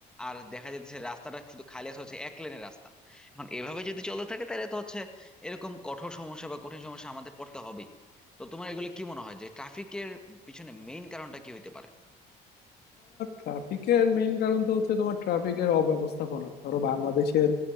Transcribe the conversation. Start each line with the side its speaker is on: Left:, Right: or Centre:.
Centre: আর দেখা যাচ্ছে রাস্তাটা শুধু খালি আছে হচ্ছে এক লেনের রাস্তা এখন এভাবে যদি চলতে থাকে তাহলে তো হচ্ছে এরকম কঠোর সমস্যা বা কঠিন সমস্যা আমাদের পড়তে হবেই তো তোমার এগুলো কি মনে হয় যে ট্রাফিকের পিছনে মেইন কারণটা কি হইতে পারে
Left: ট্রাফিকের মেন কারণ তো হচ্ছে তোমার ট্রাফিকের অব্যবস্থাপনা ধরো বাংলাদেশের